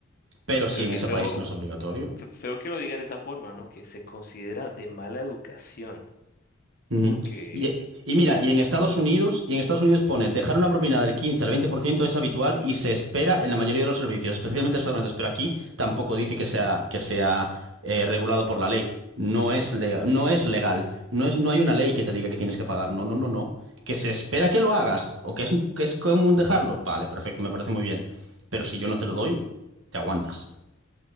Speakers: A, on the right (about 70°); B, on the left (about 45°).
A: Pero si
B: pero
A: en
B: qué
A: ese
B: feo,
A: país no es obligatorio,
B: Fe- Feo que lo digan de esa forma, ¿no? Que se considera de mala educación.
A: Ujú.
B: ¿Por qué?
A: Y, y mira, y en Estados Unidos, y en Estados Unidos pone, dejar una propina del 15 al 20% es habitual y se espera en la mayoría de los servicios, especialmente restaurantes, pero aquí tampoco dice que sea, que sea eh, regulado por la ley. No es legal, no es legal. No es, no hay una ley que te diga que tienes que pagar. No, no, no, no. Que se espera que lo hagas o que es, que es común dejarlo. Vale, perfecto, me parece muy bien. Pero si yo no te lo doy, te aguantas.